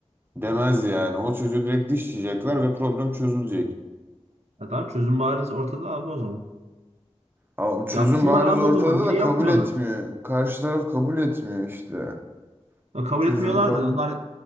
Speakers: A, on the right; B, on the right.
A: demez yani o çocuğu direkt dışlayacaklar ve problem çözülecek.
B: Ya tamam çözüm bariz ortada abi o zaman.
A: Ama çözüm
B: Yapsınlar
A: bariz
B: abi
A: ortada
B: o zaman. Niye
A: da kabul
B: yapmıyorlar?
A: etmiyor. Karşı taraf kabul etmiyor işte.
B: Ya kabul
A: Çözüm
B: etmiyorlar
A: ka-
B: da onlar